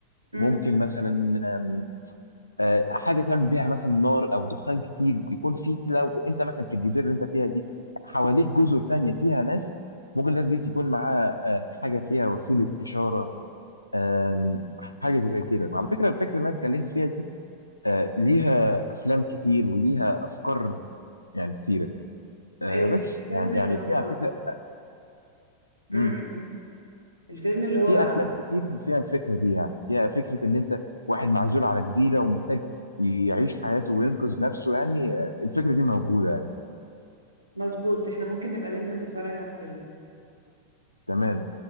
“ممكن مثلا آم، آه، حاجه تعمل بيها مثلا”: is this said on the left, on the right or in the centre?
Left